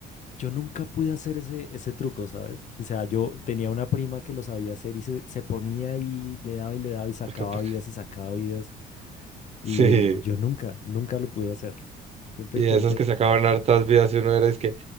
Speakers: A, on the left; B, on the right.
A: Yo nunca pude hacer ese, ese truco, ¿sabes? O sea, yo tenía una prima que lo sabía hacer y se, se ponía y le daba y le daba y sacaba
B: Taca, taca.
A: vidas y sacaba vidas. Y
B: Sí,
A: yo nunca, nunca lo pude hacer. Siempre
B: y
A: intenté.
B: esas que sacaban hartas vidas y uno era es que